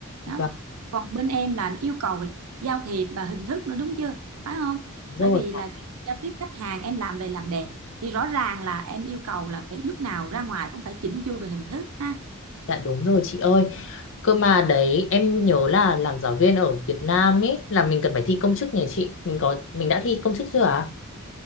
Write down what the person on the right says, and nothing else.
đó
còn bên em là yêu cầu về giao thiệp và hình thức nữa đúng chưa phải không
bởi vì là khi giao tiếp khách hàng em làm về làm đẹp thì rõ ràng là em yêu cầu là phải lúc nào ra ngoài cũng phải chỉnh chu về hình thức ha